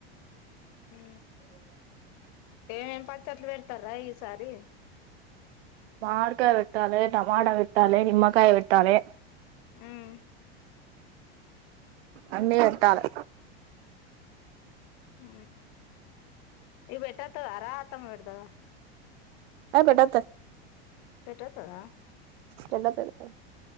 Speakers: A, on the left; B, on the right.
A: ఊ.... ఏమ్ మ్ పచ్చట్లు పెడతారా ఈసారి
B: మాడికాయ్ వెట్టాలి టమాట వెట్టాలి నిమ్మకాయ్ వెట్టాలి
A: ఉమ్
B: అన్నే పేట్టాలే
A: ఊ. నక్.. పేటతదరా అతమ వేడతదవా
B: ఒకడోత
A: పెట్టతదా
B: చెల్లె పేడతది